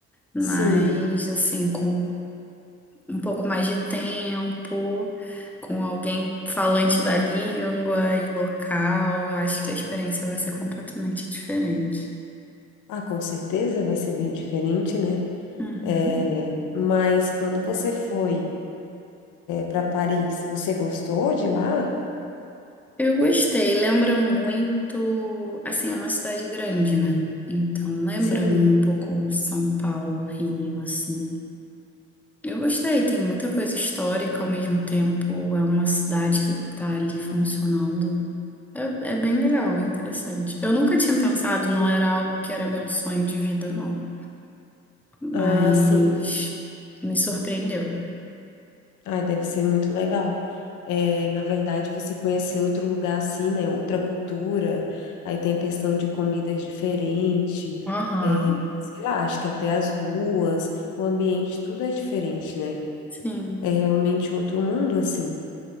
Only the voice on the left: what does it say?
Sim,
ah, com certeza vai ser bem diferente, né?
É, mas quando você foi, para Paris, você gostou de lá?
Sim.
Ah,
que legal.
Ah, sim.
Ah, deve ser muito legal. É, na verdade, você conhecer outro lugar assim, né? Outra cultura. Aí tem a questão de comidas diferentes.
É, sei lá, acho que até as ruas, o ambiente, tudo é diferente, né?
É realmente outro mundo assim.